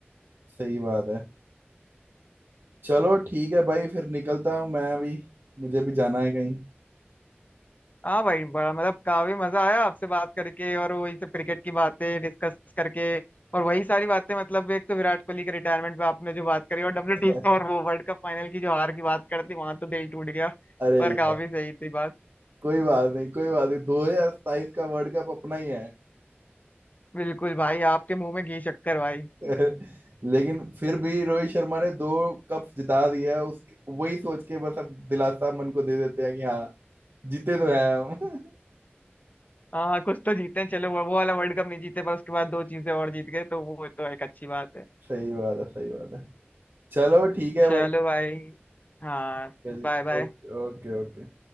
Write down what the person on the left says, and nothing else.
हाँ भाई बड़ा मतलब काफी मजा आया आपसे बात करके और वही सब क्रिकेट की बातें डिस्कस करके और वही सारी बातें मतलब एक तो विराट कोहली के रिटायरमेंट पे आपने जो बात करी और डब्ल्यू
टी और वो वर्ल्ड कप फाइनल की जो हार की बात करती वहां तो दिल टूट गया
पर काफी
सही थी बात
बिल्कुल भाई आपके मुंह में घी शक्कर भाई
हाँ हाँ, कुछ तो जीते हैं चलो वो वो वाला वर्ल्ड कप नहीं जीते पर उसके बाद दो चीजें और जीत गए तो वो तो एक अच्छी बात है
चलो
भाई हाँ
Bye bye